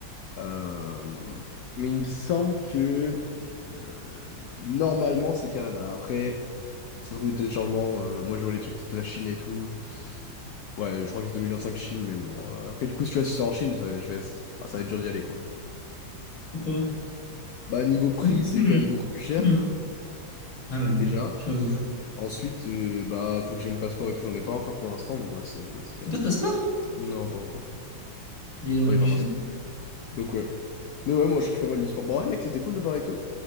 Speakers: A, on the left; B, on the left.
A: Euh, mais il me semble que euh, normalement c'est Canada. Après, ça se trouve il y a des changements. euh, moi je vois les trucs peut-être la Chine et tout. Ouais, je crois que c'est 2025 Chine, mais bon. euh, après, du coup, si tu vois, si c'est en Chine, ça, je vais... ah, ça va être dur d'y aller quoi.
B: pourquoi?
A: Bah, niveau prix,
B: Hum,
A: c'est
B: hum,
A: quand même beaucoup plus cher
B: hum. <clears throat> Ah ouais,
A: déjà.
B: j'avoue.
A: Ensuite, euh, bah, faut que j'ai mon passeport et tout. J'en ai pas encore pour l'instant, donc voilà, c'est c'est galère
B: T'as pas de
A: quoi.
B: passeport?
A: Non, pas encore.
B: Dis donc.
A: Oui, j'en fais ça. Donc ouais. Mais ouais, moi je kiffe pas mal l'e-sport. Bon, ouais, mec, c'était cool de parler avec toi.